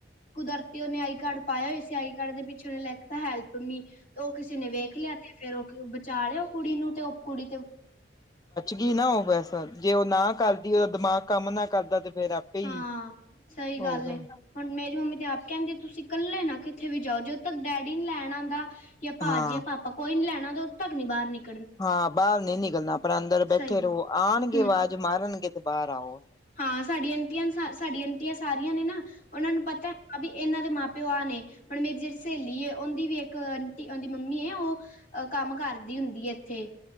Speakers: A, on the left; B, on the left.
A: ਕੁਦਰਤੀ ਉਹੇ ਆਈ ਕਾਰਡ ਪਾਇਆ। ਇਸੇ ਆਈ ਕਾਰਡ ਦੇ ਪਿੱਛੇੇ ਲੈ ਹੈਲਪ ਮੀ ਤੇ ਉਹ ਕਿਸੇ ਨੇ ਵੇਖ ਲਿਆ। ਤੇ ਫੇਰ ਉਹ ਬਚਾ ਲਿਆ ਓ ਕੁੜੀ ਨੂੰ ਤੇ ਉਹ ਕੁੜੀ ਤੇ
B: ਕਿ ਨਾ ਉਹ ਵੈਸਾ। ਜੇ ਉਹ ਨਾ ਕਰਦੀ, ਉਹਦਾ ਦਿਮਾਗ ਕੰਮ ਨਾ ਕਰਦਾ। ਤੇ ਫੇਰ ਕਈ
A: ਹਾਂ ਸਹੀ
B: ਹੋ
A: ਗੱਲ
B: ਗਏ।
A: ਏ ਹੁਣ, ਮੇਰੀ ਮੰਮੀ ਤੇ ਆਪ ਕਹਿੰਦੇ ਤੁਸੀਂ ਇਕੱਲੇ ਨਾ ਕਿੱਥੇ ਵੀ ਜਾਓ। ਜਦੋਂ ਤੱਕ ਡੈਡੀ ਨਹੀਂ ਲੈਣ ਆਉਂਦਾ। ਕਿ ਆਪਾਂ
B: ਹਾਂ
A: ਆ ਜਾਈਏ ਪਾਪਾ ਕੋਈ ਨਹੀ ਲੈਣਾ ਆਉਦਾ ਉਦੋਂ ਤੱਕ ਨੀ ਬਾਹਰ ਨਿਕਲ
B: ਹਾਂ, ਬਾਹਰ ਨਹੀ ਨਿਕਲਣਾ। ਆਪ ਅੰਦਰ ਬੈਠੇ
A: ਸਹੀ ਗੱਲ
B: ਰਹੋ ਆਉਣਗੇ
A: ਹੂੰ
B: ਆਵਾਜ਼ ਮਾਰਨਗੇ ਤੇ ਬਾਹਰ ਆਓ।
A: ਹਾਂ, ਸਾਡੀਆਂ ਆਂਟੀਆਂ, ਸਾਡੀਆਂ ਆਂਟੀਆਂ ਸਾਰੀਆਂ ਨੇ ਨਾ। ਉਹਨਾਂ ਨੂੰ ਪਤਾ ਹਾਂ, ਵੀ ਇਹਨਾਂ ਦੇ ਮਾਂ- ਪਿਓ ਆ ਨੇ। ਹੁਣ ਮੇਰੀ ਜਿਹੜੀ ਸਹੇਲੀ ਉਹਦੀ ਵੀ ਇੱਕ ਆਂਟੀ ਉਹਦੀ ਮੰਮੀ ਹੈ। ਉਹ ਅਹ ਕੰਮ ਕਰਦੀ ਹੁੰਦੀ ਹੈ। ਇੱਥੇ